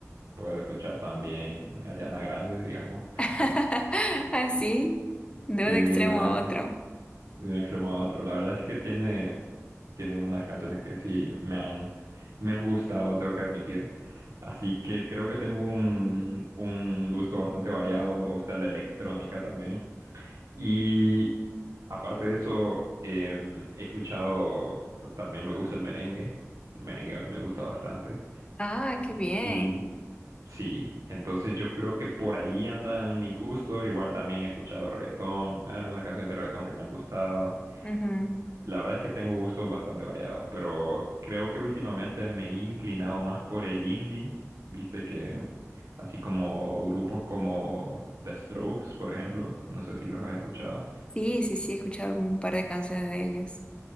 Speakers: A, on the right (about 80°); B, on the left (about 20°).
A: puedo escuchar también Ariana Grande, digamos. <laughs>
B: <laughs> Así, de
A: Sí,
B: un extremo
A: nada,
B: a otro.
A: de un extremo a otro. La verdad es que tiene, tiene unas canciones que sí me han, me han gustado, tengo que admitir. Así que creo que tengo un, un gusto bastante variado. Me gusta la electrónica también. Y aparte de eso, em, he escuchado, t- también me gusta el merengue. El merengue me gusta bastante.
B: Ah, qué bien.
A: Y sí, entonces yo creo que por ahí andan mis gustos. Igual también he escuchado reggaetón, algunas canciones de reggaetón que me han gustado.
B: Ujú.
A: La verdad es que tengo gustos bastante variados, pero creo que últimamente me he inclinado más por el indie. Viste que así como grupos como The Strokes, por ejemplo, no sé si los has escuchado.
B: Sí, sí, sí, he escuchado algún par de canciones de ellos.